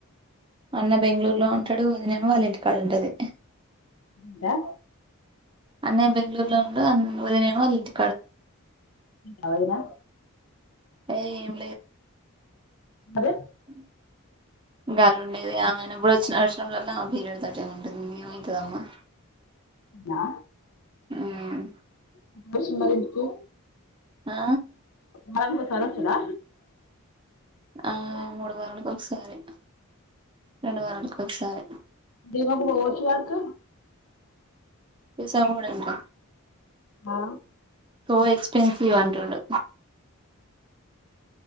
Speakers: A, on the right (about 20°); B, on the left (about 80°).
A: అన్న బెంగళూరులో ఉంటడు ఒదినేమో ఆళ్ ఇంటికాడుంటది
B: ందా
A: అన్నయ్ బెంగళూరులో ఉండు అన్ ఒదినేమో ఆళ్ళింట్
B: అఒదిన
A: ఏ ఏం
B: అదే
A: అ గాల్ ఉండేది ఆమెనెప్పుడ్ ఒచ్చినచ్చడం వల్ల ఆ పీరియడ్ తోటే ఉంటుంద్ ఇంగ్ ఏముంటదమ్మా
B: నా
A: మ్మ్
B: <unintelligible> మరింటికి
A: ఆ
B: వారాన్ కోసారోస్తడా
A: ఆ మూడు వారాలక్ ఒకసారి రెండు వారాలక్ ఒకసారి
B: బీమగుబ వోచ్చు గడ్ క్
A: తిసా బోడంట
B: మా
A: సో ఎక్స్పెన్సీవ్ అంటుండు